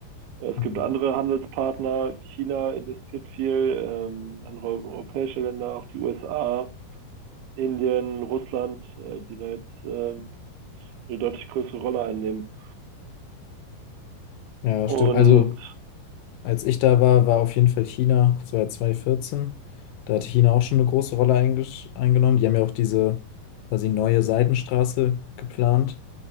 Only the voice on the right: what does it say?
Es
gibt andere Handelspartner. China investiert viel, ähm, andere europäische Länder, auch die USA, Indien, Russland, äh, die da jetzt äh, eine deutlich größere Rolle einnehmen.
Und